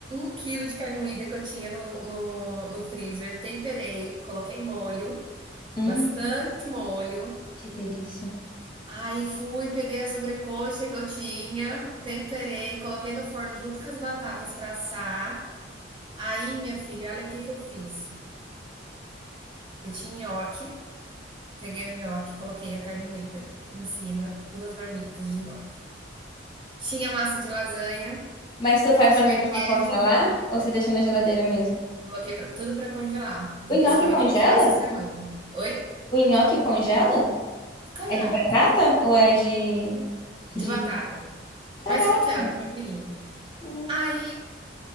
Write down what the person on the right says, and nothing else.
um quilo de carne moída que eu tinha no, no, no freezer, temperei, coloquei molho,
bastante molho,
Aí fui, peguei a sobrecoxa que eu tinha, temperei, coloquei no forno junto com as batatas para assar. Aí, minha filha, olha o que que eu fiz. Eu tinha nhoque, peguei o nhoque, coloquei a carne moída em cima, duas marmitas de nhoque. Tinha massa de lasanha,
tinha
queijo,
coloquei pra, tudo para congelar, porque
senão ele
come essa semana. Oi?
Congela.
De batata.
Mas congela, tranquilinho.
Aí